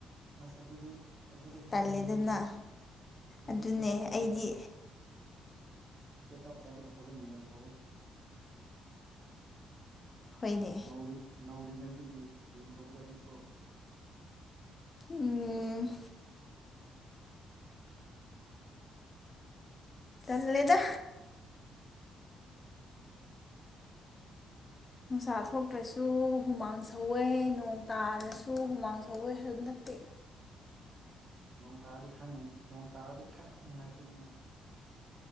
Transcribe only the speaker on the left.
ꯇꯜꯂꯦꯗꯅ
ꯑꯗꯨꯅꯦ
ꯑꯩꯗꯤ
ꯍꯣꯏꯅꯦ
ꯎꯝ ꯎꯝ ꯇꯜꯂꯦꯗ ꯅꯨꯡꯁꯥ ꯊꯣꯛꯇ꯭ꯔꯁꯨ ꯍꯨꯃꯥꯡ ꯁꯧꯋꯦ ꯅꯣꯡ ꯇꯥꯔꯁꯨ ꯍꯨꯃꯥꯡ ꯁꯧꯋꯦ ꯑꯗꯨ ꯅꯠꯇꯦ